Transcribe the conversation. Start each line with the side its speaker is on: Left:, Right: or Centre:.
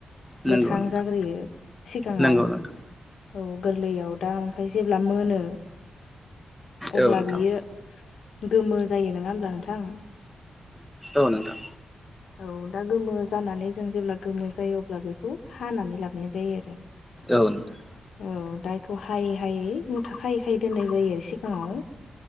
Centre: नंगौ
Left: गोथां
Centre: नोंथां
Left: जाग्रोयो सिगाङाव
Centre: नंगौ नोंथां
Left: औ गोरलैयाव दा ओमफ्राय जेब्ला मोनो अब्ला
Centre: औ नोंथां
Left: बियो गोमो जायो नङा होमब्ला नोंथां।
Centre: औ नोंथां।
Left: औ दा गोमो जानानै जों जेब्ला गोमो जायो अब्ला बेखौ हानानै लाबोनाय जायो आरो।
Centre: औ नोंथां।
Left: औ दा बेखौ हायै हायै मुथायै खायै दोननाय जायो सिगाङाव